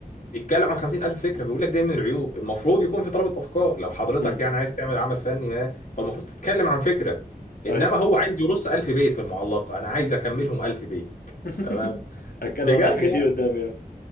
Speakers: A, on the left; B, on the left.
A: بيتكلم عن 50000 فكره بيقول لك ده من العيوب المفروض يكون في ترابط افكار لو حضرتك
B: مم.
A: يعني عايز تعمل عمل فني ما فالمفروض تتكلم عن فكره انما
B: أيوه
A: هو عايز يرص 1000 بيت في المعلقه انا عايز اكملهم 1000 بيت
B: <laughs>
A: تمام
B: أتكلم
A: بجد
B: أنا عن حاجات
A: يعني
B: كتير قدامي